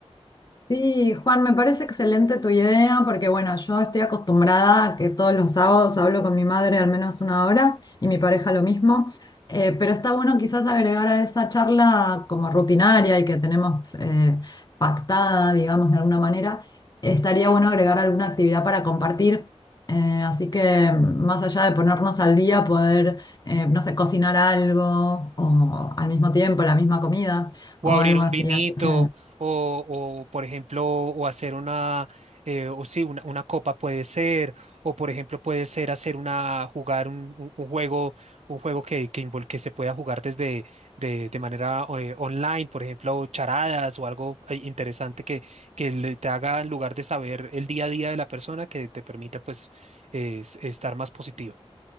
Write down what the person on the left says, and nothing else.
Sí, Juan, me parece excelente tu idea porque bueno, yo estoy acostumbrada a que todos los sábados hablo con mi madre al menos una hora y mi pareja lo mismo, Eh, pero está bueno quizás agregar a esa charla como rutinaria y que tenemos eh, pactada, digamos, de alguna manera, estaría bueno agregar alguna actividad para compartir, Eh, así que más allá de ponernos al día, poder, eh, no sé, cocinar algo o al mismo tiempo la misma comida
o
algo
así,
así que...